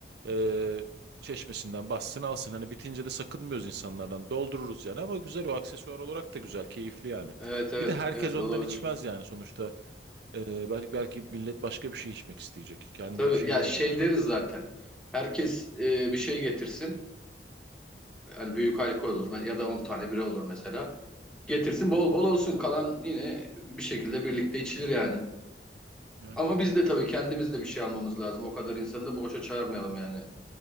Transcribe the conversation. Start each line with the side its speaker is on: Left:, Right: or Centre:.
Right: Ee, çeşmesinden bassın alsın. Hani bitince de sakınmıyoruz insanlardan. Doldururuz yani ama güzel o aksesuar olarak da güzel. Keyifli yani.
Centre: Evet, evet,
Right: Bir de herkes
Centre: evet
Right: ondan
Centre: olabilir.
Right: içmez yani sonuçta. Ee, belki, belki millet başka bir şey içmek isteyecek. Kendi
Centre: Tabii
Right: şeyiyle
Centre: ya şey
Right: gelir.
Centre: deriz zaten. Herkes e, bir şey getirsin. Hani büyük alkol olur ya da 10 tane bira olur mesela. Getirsin bol bol olsun. Kalan yine bir şekilde birlikte içilir yani.
Right: Yani.
Centre: Ama biz de tabii kendimiz de bir şey almamız lazım. O kadar insanı da boşa çağırmayalım yani.